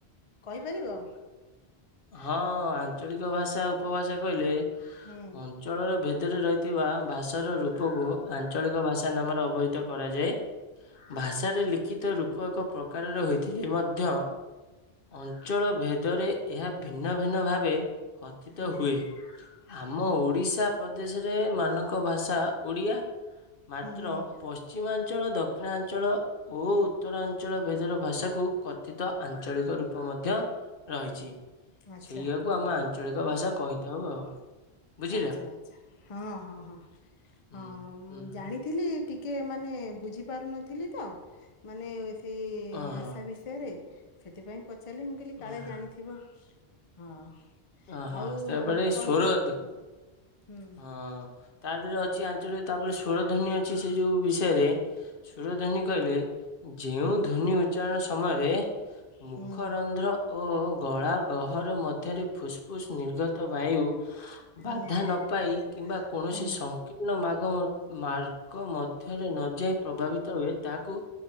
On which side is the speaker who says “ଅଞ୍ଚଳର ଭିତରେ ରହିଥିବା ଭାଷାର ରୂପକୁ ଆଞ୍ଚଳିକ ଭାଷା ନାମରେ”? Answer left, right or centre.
Left